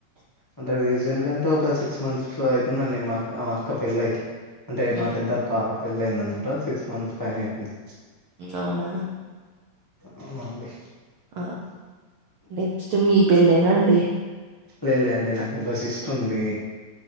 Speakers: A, on the left; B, on the right.
A: అంటే రీసెంట్ గా అంటే ఒక సిక్స్ మంత్స్ అవుతుందండి మా అ మా అక్క పెళ్ళయి అంటే
B: హ్మ్.
A: మా పెద్దక్క పెళ్ళి అయింది అనమటా సిక్స్ మంత్స్ పైన అయితుంది
B: అవునా
A: అవును అండి
B: ఆ నెక్స్ట్ మీ పెళ్ళేనా అండి
A: లేలే అండి నాకు ఇంకో సిస్టర్ ఉంది